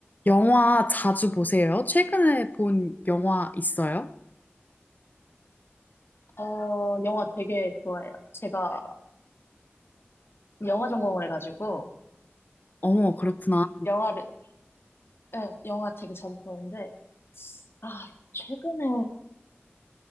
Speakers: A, on the left; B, on the left.
A: 영화 자주 보세요? 최근에 본 영화 있어요?
B: 어, 영화 되게 좋아해요. 제가 영화 전공을 해가지고,
A: 어머, 그렇구나.
B: 영화를, 예, 영화 되게 자주 보는데, 아, 최근에